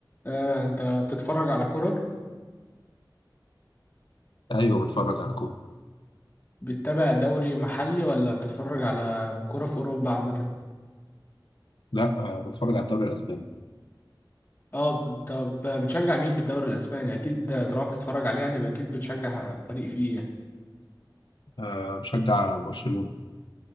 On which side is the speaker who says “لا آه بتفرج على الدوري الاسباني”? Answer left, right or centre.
Left